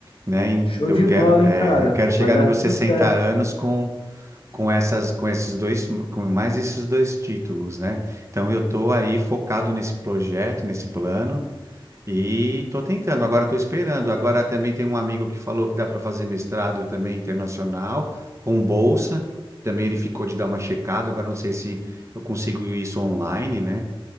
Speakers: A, on the right (about 30°); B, on the left (about 75°).
A: né? em-
B: Show
A: Eu
B: de
A: quero,
B: bola,
A: é,
B: hein, cara?
A: eu quero
B: Vai
A: chegar
B: dar
A: nos meus
B: tudo
A: 60
B: certo.
A: anos com com essas com esses dois com mais esses dois títulos, né? Então eu tô aí focado nesse projeto, nesse plano e tô tentando, agora tô esperando. Agora também tem um amigo que falou que dá para fazer mestrado também internacional com bolsa. Também ele ficou de dar uma checada, agora não sei se eu consigo isso online, né?